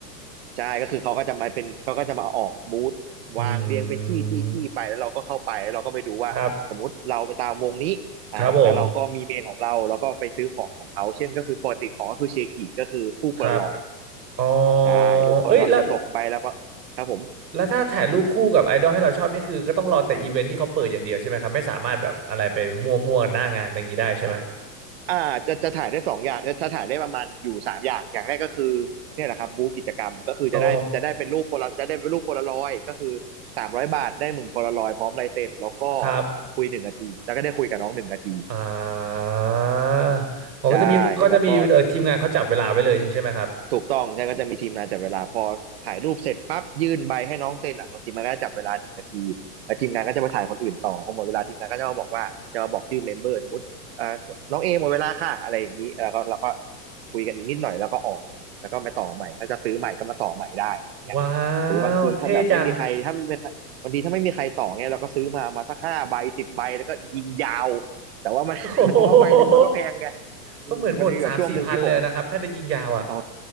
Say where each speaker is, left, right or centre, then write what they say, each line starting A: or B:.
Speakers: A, on the right; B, on the right.
A: ใช่ก็คือเขาก็จะมาเป็นเขาก็จะมาออกบูธวางเรียงเป็นที่
B: อืม
A: ที่ ที่ไป แล้วเราก็เข้าไปแล้วเราก็ไปดูว่า
B: ครับ
A: สมมุติเราไปตามวงนี้อ่าแล้วเราก็มีเมนของเราแล้วก็ไปซื้อของของเขา
B: ครับผม
A: เช่นก็คือปกติของก็คือเชกิก็คือผู้โพลารอยด์
B: ครับอ๋อ
A: ได้รูปโพลารอยด์จะตกใบแล้วคร
B: เอ้ยแล้ว
A: ับผม
B: แล้วถ้าถ่ายรูปคู่กับไอดอลให้เราชอบนี่คือก็ต้องรอแต่อีเวนท์ที่เขาเปิดอย่างเดียวใช่ไหมครับ ไม่สามารถแบบอะไรไปมั่วๆหน้างานอะไรอย่างนี้ได้ใช่ไหม
A: อ่าจะจะถ่ายได้สองอย่างจะจะถ่ายได้ประมาณอยู่สามอย่างอย่างแรกก็คือเนี่ยแหละครับบูธกิจกรรมก็คือจะได้จะได้เป็นรูปโพลาจะได้เป็นรูปโพลารอยด์ก็คือสามร้อยบาทได้หนึ่งโพลารอยด์พร้อมลายเซ็นแล้วก็
B: อ๋อ ครับ
A: คุยหนึ่งนาทีแล้วก็ได้คุยกับน้องหนึ่งนาที
B: อ่าเขาก็จะมีเขาจะมีเออทีมงานเขาจับเวลาไว้เลยจริงใช่ไหมครับ
A: ใช่แล้วก็ ถูกต้องใช่ก็จะมีทีมงานจับเวลาพอถ่ายรูปเสร็จปั๊บยื่นใบให้น้องเซ็นอ่ะทีมงานก็จะจับเวลาหนึ่งนาทีแล้วทีมงานก็จะมาถ่ายคนอื่นต่อพอหมดเวลาทีมงานก็จะมาบอกว่าจะมาบอกชื่อเมมเบอร์สมมติอ่าน้องเอหมดเวลาค่ะอะไรอย่างนี้แล้วก็เราก็คุยกันอีกนิดหน่อยแล้วก็ออกแล้วก็มาต่อใหม่ถ้าจะซื้อใหม่ก็มาต่อใหม่ได้อะไรอย่างเงี้ยหรือบางทีถ้าแบบไม่มีใครถ้าไม่มีใครบางทีถ้าไม่มีใครต่อเงี้ยเราก็ซื้อมามาสักห้าใบสิบใบแล้วก็ยิงยาว
B: ว้าว เท่จัง
A: แต่ว่ามัน
B: โอ้โห
A: <laughs> แต่ว่าใบหนึ่งมันก็แพงไง
B: ก็เหมือนหมดสามสี่พันเลยนะครับถ้าได้ยิงยาวอ่ะ
A: อืมมันมีแบบช่วงหนึ่งที่ผมเออ